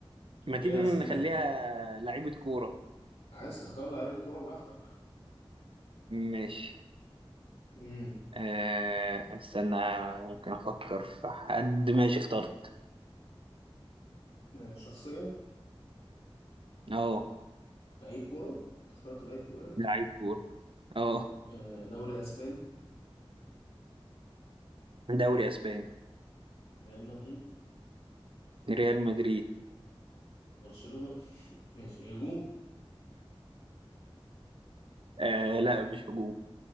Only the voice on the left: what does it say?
ليا
اسئلة
يعني
عايز تختار لعيبة كورة براحتك
امم
آه، شخصية
لعيب كورة اخترت لعيب كورة يعني
آه، دوري اسباني
ريال مدريد
برشلونة <laughs> ماشي هجوم